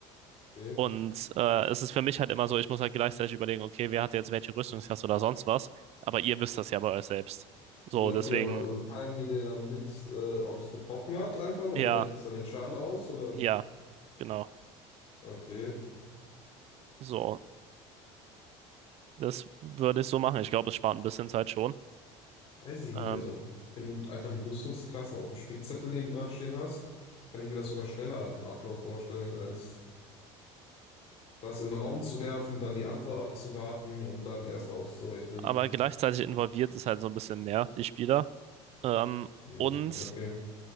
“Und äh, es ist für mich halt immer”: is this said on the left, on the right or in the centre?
Right